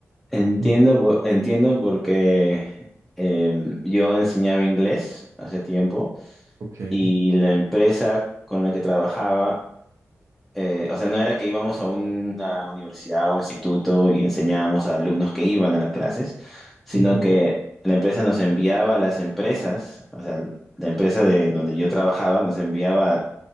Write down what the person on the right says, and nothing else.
Mm.
Ok.
Ujú,